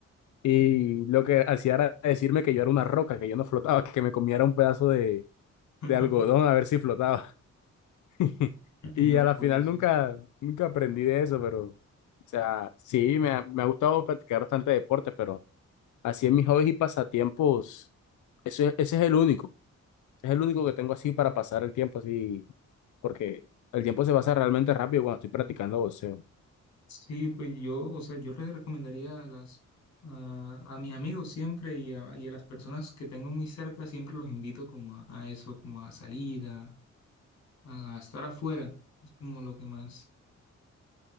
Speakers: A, on the left; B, on the left.
A: Y lo que hacía era decirme que yo era una roca, que yo no flotaba, que me comiera un pedazo de,
B: <laughs>
A: de algodón a ver si flotaba. <laughs> Y
B: No
A: a la
B: puede
A: final
B: ser.
A: nunca, nunca aprendí de eso, pero, o sea, sí, me ha, me ha gustado practicar bastante deportes, pero así en mis hobbies y pasatiempos, eso es- ese es el único, es el único que tengo así para pasar el tiempo así, porque el tiempo se pasa realmente rápido cuando estoy practicando boxeo.
B: Sí, pues yo, o sea, yo les recomendaría a las, a, a mis amigos siempre y a, y a las personas que tengo muy cerca, siempre los invito como a, a eso, como a salir, a, a estar afuera, es como lo que más.